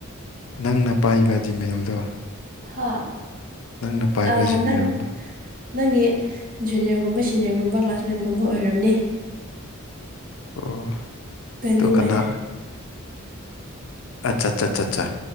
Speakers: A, on the left; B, on the right.
A: ꯅꯪꯅ ꯄꯥꯏꯕ ꯖꯤꯃꯦꯜꯗꯣ
B: ꯍꯥ
A: ꯅꯪꯅ ꯄꯥꯏꯕ
B: ꯑꯥ
A: ꯖꯤꯃꯦꯜꯗꯣ
B: ꯅꯪ ꯅꯪꯒꯤ ꯖꯨꯅꯤꯌꯔꯒꯨꯝꯕ ꯁꯤꯅꯤꯌꯔꯒꯨꯝꯕ ꯀ꯭ꯂꯥꯁꯃꯦꯠꯒꯨꯝꯕ ꯑꯣꯏꯔꯝꯅꯤ
A: ꯑꯣ
B: ꯗꯅꯤꯃ
A: ꯇꯣ ꯀꯅꯥ ꯑꯠꯆꯥ ꯑꯠꯆꯥ ꯑ ꯑ